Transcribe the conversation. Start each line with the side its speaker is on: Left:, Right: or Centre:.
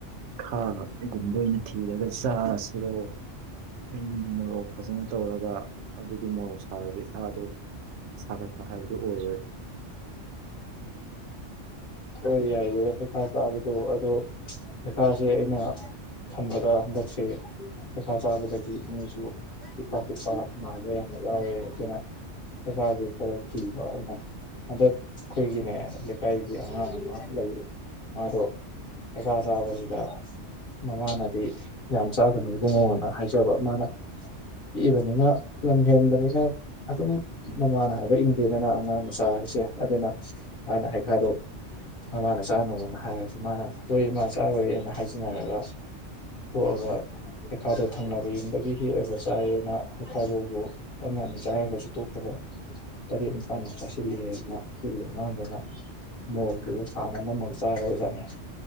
Right: ꯈꯥꯒꯨꯝꯕ ꯑꯣꯏꯅ ꯊꯤꯔꯒ ꯆꯥꯁꯤꯔꯣ <unintelligible> ꯒꯤ ꯃꯣꯔꯣꯛ ꯐꯖꯅ ꯇꯧꯔꯒ ꯑꯗꯨꯒꯤ ꯃꯣꯔꯣꯛꯁ ꯍꯥꯎꯗꯤ ꯍꯥꯗꯣ ꯁꯥꯒꯠꯄ ꯍꯥꯏꯕꯗꯨ ꯑꯣꯏꯔꯣꯏ
Left: ꯍꯣꯏ ꯌꯥꯏꯌꯦ ꯍꯩꯈꯥ ꯆꯥꯕꯗꯣ ꯑꯗꯣ ꯍꯩꯈꯥꯁꯦ ꯑꯩꯅ ꯈꯟꯕꯗ ꯍꯟꯗꯛꯁꯦ ꯍꯩꯈꯥ ꯆꯥꯕꯗꯒꯤ ꯃꯤꯖꯨ ꯄꯤꯠꯄ ꯄꯤꯠꯄꯥ ꯅꯥꯕꯥ ꯌꯥꯝ ꯂꯩ ꯌꯥꯎꯌꯦ ꯑꯗꯨꯅ ꯄꯩꯈꯥꯁꯦ ꯈꯔ ꯀꯤꯕ ꯑꯩꯅ ꯍꯟꯗꯛ ꯑꯩꯈꯣꯏꯒꯤꯅꯦ <inaudible> ꯑꯉꯥꯡ ꯑꯃ ꯂꯩꯌꯦ ꯃꯥꯗꯣ ꯍꯩꯈꯥ ꯆꯕꯁꯤꯗ ꯃꯃꯥꯅꯗꯤ ꯌꯥꯝ ꯆꯥꯒꯅꯨ ꯏꯕꯨꯡꯉꯣꯅ ꯍꯥꯏꯖꯕ ꯃꯥꯅ ꯄꯤꯛꯏꯕꯅꯤꯅ ꯂꯝ ꯍꯦꯟꯕꯅꯤꯅ ꯑꯗꯨꯝ ꯃꯃꯥꯅ ꯍꯥꯏꯕ ꯏꯟ ꯗꯦꯗꯅ ꯑꯉꯥꯡ ꯃꯆꯥ ꯍꯥꯏꯁꯦ ꯑꯗꯨꯅ ꯃꯥꯅ ꯍꯥꯏ ꯗꯣ ꯃꯃꯥꯅ ꯆꯥꯅꯣꯅ ꯍꯥꯏꯔ ꯃꯥꯅ ꯍꯣꯏ ꯏꯃꯥ ꯆꯥꯔꯣꯏꯅ ꯍꯥꯏꯖꯟꯅꯔꯒ <unintelligible> ꯊꯣꯛꯑꯒ ꯍꯩꯈꯥꯗꯣ ꯊꯪꯅꯕ ꯌꯨꯝꯗꯒꯤ ꯍꯦꯛꯑꯒ ꯆꯥꯏꯑꯅ ꯍꯩꯈꯥꯗꯨꯕꯨ ꯑꯃ ꯑꯅꯤ ꯆꯥꯔꯒꯁꯨ ꯇꯣꯛ ꯇꯕ ꯇꯔꯦꯠ ꯅꯤꯄꯥꯥꯟꯃꯨꯛ ꯆꯥꯁꯤꯜꯂꯦꯌꯦ ꯄꯤꯛꯏꯕ ꯑꯉꯥꯡꯗꯨꯅ ꯃꯣꯔꯣꯛꯇꯨꯖꯨ ꯁꯥꯅ ꯅꯝꯃꯒ ꯆꯥꯔꯕ ꯖꯥꯠꯅꯦ